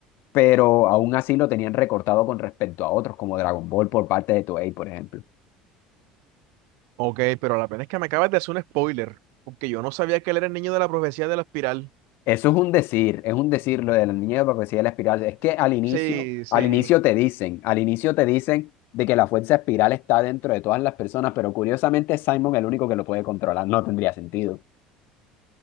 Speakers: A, on the left (about 65°); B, on the right (about 70°).
A: pero aún así lo tenían recortado con respecto a otros, como Dragon Ball por parte de Toei, por ejemplo.
B: Ok, pero la pena es que me acabas de hacer un spoiler, porque yo no sabía que él era el niño de la profecía de la espiral.
A: Eso es un decir, es un decir lo de la niña de la profecía de la espiral. Es que al inicio,
B: Sí, sí.
A: al inicio te dicen, al inicio te dicen de que la fuerza espiral está dentro de todas las personas, pero curiosamente es Simon el único que lo puede controlar. No tendría sentido.